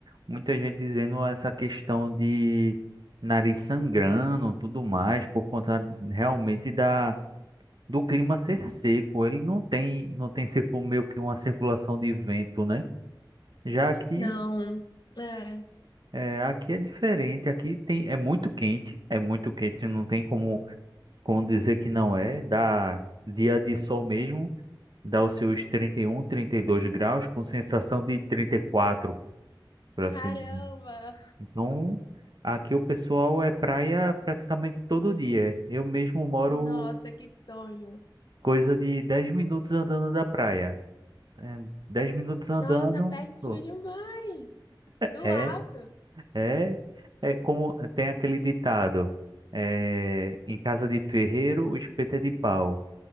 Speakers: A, on the right (about 60°); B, on the left (about 55°).
A: muita gente dizendo essa questão de nariz sangrando, tudo mais, por conta realmente da do clima ser seco. Ele não tem, não tem circu- meio que uma circulação de vento, né? Já aqui,
B: Não, é.
A: é, aqui é diferente. Aqui tem, é muito quente, é muito quente. Não tem como, como dizer que não é. Dá dia de sol mesmo, dá os seus trinta trinta e um, trinta e dois graus, com sensação de trinta e quatro. por assim
B: Caramba!
A: dizer. Então, aqui o pessoal é praia praticamente todo dia. Eu mesmo moro
B: Nossa, que sonho!
A: coisa de 10 minutos andando da praia. É, 10 minutos andando,
B: Nossa, pertinho
A: pô,
B: demais! Do
A: é,
B: lado!
A: é, é como é, tem aquele ditado, é, em casa de ferreiro, o espeto é de pau.